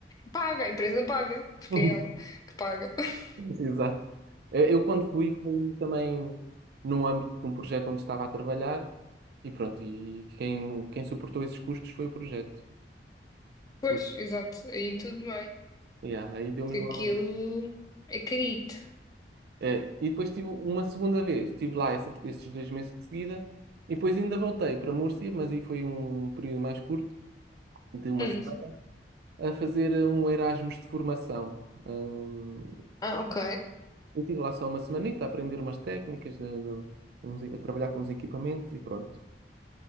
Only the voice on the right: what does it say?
<laughs>
Exato. Eu, eu quando fui, fui também no âmbito de um projeto onde estava a trabalhar e pronto, e quem, quem suportou esses custos foi o projeto.
Por-
Yeah, aí deu-me
igual.
É, e depois tive uma segunda vez, estive lá essa- esses dois meses de seguida e depois ainda voltei para Múrcia, mas aí foi um período mais curto, de uma
semana, a fazer um Erasmus de formação. Hum,
Eu estive lá só uma semanita a aprender umas técnicas, de- de- uns- a trabalhar com uns equipamentos e pronto.